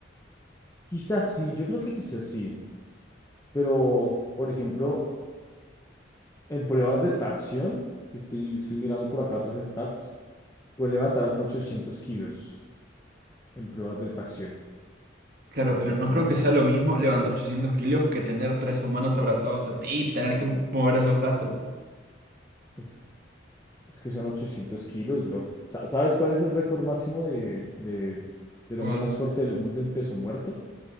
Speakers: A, on the left (about 15°); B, on the right (about 50°).
A: quizás sí, yo creo que quizás sí. Pero, por ejemplo, En pruebas de tracción, estoy, estoy mirando por acá otras stats, puede levantar hasta 800 kilos en pruebas de tracción.
B: Claro,
A: O
B: pero
A: sea,
B: no
A: como,
B: creo que sea lo mismo levantar 800 kilos que tener tres humanos abrazados a ti y tener que mover esos brazos.
A: uf, es que son 800 kilos, bro. Sa- ¿Sabes cuál es el récord máximo de, de- del
B: ¿Cuál?
A: hombre más fuerte del mundo en peso muerto?